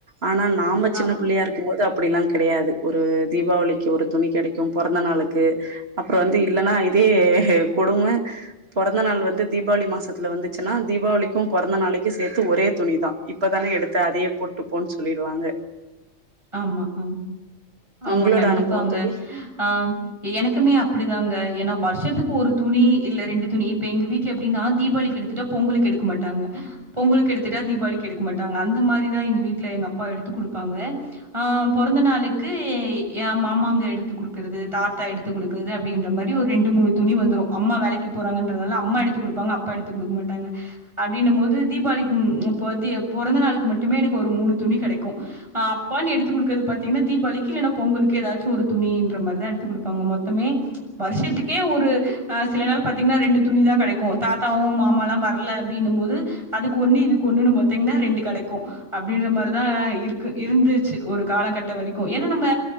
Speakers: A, on the right; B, on the right.
A: ஆனா நாம சின்ன
B: ஆம்.
A: பிள்ளயா இருக்கூ போது அப்டிலா கெடையாது ஒரு தீபாவளிக்கு ஒரு துணி கெடைக்கூ பொறந்த நாளுக்கு அப்றோ வந்து இல்லன்னா இதே கொடும பொறந்த நாள் வந்து தீபாவளி மாசத்துல வந்துச்சுன்னா தீபாவளிக்கூ பொறந்த நாளைக்கூ சேத்து ஒரே துணி தா இப்பதானே எடுத்த அதயே போட்டு போன்னு சொல்லிடுவாங்க
B: ஆமா ஆமா ஆமா
A: உங்களோட
B: கண்டிப்பாங்க
A: அனுபவோ தோழி
B: ஆ எனக்குமே அப்டிதாங்க ஏன்னா வருஷத்துக்கு ஒரு துணி இல்ல ரெண்டு துணி இப்ப எங்க வீட்ல எப்டின்னா தீபாவளிக்கு எடுத்துட்டா பொங்கலுக்கு எடுக்க மாட்டாங்க பொங்கலுக்கு எடுத்துட்டா தீபாவளிக்கு எடுக்க மாட்டாங்க அந்த மாரிதா எங்க வீட்ல எங்க அப்பா எடுத்து குடுப்பாங்க ஆ பொறந்த நாளுக்கு ஏ மாமாங்க எடுத்து குடுக்குறது தாத்தா எடுத்து குடுக்குறது அப்டின்ற மாரி ஒரு ரெண்டு மூணு துணி வந்துரூ அம்மா வேலைக்கு போறாங்கன்றதுனால அம்மா எடுத்து குடுப்பாங்க அப்பா எடுத்து குடுக்க மாட்டாங்க அப்டின்ன போது தீபாவளிக்கு இப்ப வந்து பொறந்த நாளுக்கு மட்டுமே எனக்கு ஒரு மூணு துணி கெடைக்கூ அப் பானு எடுத்துக் குடுக்குறது பாத்தீங்கன்னா தீபாவளிக்கு இல்லன்னா பொங்கலுக்கு ஏதாச்சு ஒரு துணின்ற மாரிதா எடுத்து குடுப்பாங்க மொத்தமே வருஷத்துக்கே ஒரு ஆ சில நாள் பாத்தீங்கன்னா ரெண்டு துணி தா கெடைக்கூ தாத்தாவு மாம லா வரல அப்டின்னு போது அதுக்கு ஒண்ணு இதுக்கு ஒண்ணு நம்ப பாத்தீங்கனா ரெண்டு கெடைக்கூ அப்டின்ற மாரி தா இருக்கு இருந்து ச்சு ஒரு காலகட்டோ வரைக்கூ ஏன்னா நம்ம